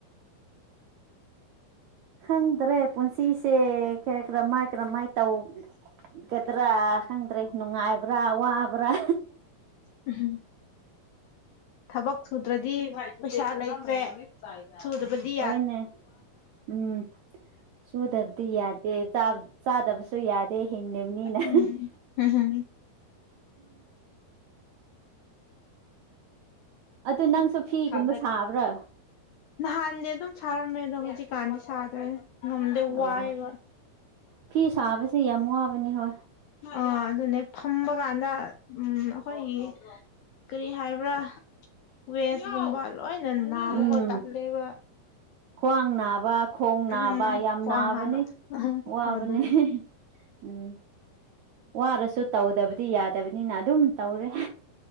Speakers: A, on the right; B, on the left.
A: ꯈꯪꯗ꯭ꯔꯦ ꯄꯨꯟꯁꯤꯁꯦ ꯈꯔ ꯀꯔ ꯃꯥꯏ ꯀꯔ ꯃꯥꯏ ꯇꯧ ꯒꯗ꯭ꯔꯥ ꯈꯪꯗ꯭ꯔꯦ ꯅꯨꯡꯉꯥꯏꯕ꯭ꯔꯥ ꯋꯥꯕ꯭ꯔꯥ
B: ꯎꯝ ꯊꯕꯛ ꯁꯨꯗ꯭ꯔꯗꯤ ꯄꯩꯁꯥ ꯂꯩꯇ꯭ꯔꯦ ꯁꯨꯗ꯭ꯔꯕꯗꯤ
A: ꯍꯣꯏꯅꯦ ꯎꯝ ꯁꯨꯗꯕꯗꯤ ꯌꯥꯗꯦ ꯆꯥꯗꯕꯁꯨ ꯌꯥꯗꯦ ꯍꯤꯡꯗꯕꯅꯤꯅ
B: ꯎꯝ ꯍꯝ ꯍꯝ
A: ꯑꯗꯨ ꯅꯪꯁꯨ ꯐꯤꯒꯨꯝꯕ
B: ꯃꯦ
A: ꯁꯥꯕ꯭ꯔꯥ
B: ꯅꯍꯥꯟꯗꯤ ꯑꯗꯨꯝ ꯁꯥꯔꯝꯃꯦ ꯑꯗꯣ ꯍꯧꯖꯤꯛꯀꯥꯟꯗꯤ ꯁꯥꯗ꯭ꯔꯦ ꯉꯝꯗꯦ ꯋꯥꯏꯑꯦꯕ
A: ꯑꯣ ꯐꯤ ꯁꯥꯕꯁꯦ ꯌꯥꯝ ꯋꯥꯕꯅꯤ ꯍꯣꯏ
B: ꯑ ꯑꯗꯨꯅꯦ ꯐꯝꯕ ꯀꯥꯟꯗ ꯎꯝ ꯑꯩꯈꯣꯏꯒꯤ ꯀꯔꯤ ꯍꯥꯏꯕ꯭ꯔꯥ ꯋꯦꯁꯀꯨꯝꯕ ꯂꯣꯏ
A: ꯎꯝ
B: ꯇꯗꯦꯕ
A: ꯈ꯭ꯋꯥꯡ ꯅꯥꯕ ꯈꯣꯡ ꯅꯥꯕ
B: ꯎꯝ
A: ꯌꯥꯝ
B: ꯈ꯭ꯋꯥꯡ
A: ꯅꯥꯕꯅꯤ
B: ꯍꯥꯏꯕ
A: ꯋꯥꯕꯅꯤ
B: ꯑꯗꯨꯅꯤ
A: ꯎꯝ ꯋꯥꯔꯁꯨ ꯇꯧꯗꯕꯗꯤ ꯌꯥꯗꯕꯅꯤꯅ ꯑꯗꯨꯝ ꯇꯧꯔꯦ